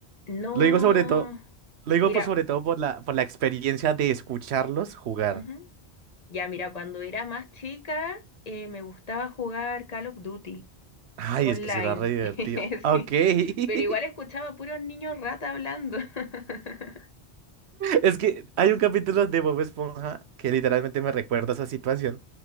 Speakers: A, on the left; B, on the right.
A: no.
B: Lo digo sobre todo, lo digo
A: Mira,
B: por sobre todo por la, por la experiencia de escucharlos jugar.
A: ujú. Ya, mira, cuando era más chica eh, me gustaba jugar Call of Duty
B: Ay,
A: online,
B: es que será re divertido.
A: <laughs>
B: Ok.
A: sí,
B: <laughs>
A: pero igual escuchaba puros niños rata hablando. <laughs>
B: Es que hay un capítulo de Bob Esponja que literalmente me recuerda esa situación.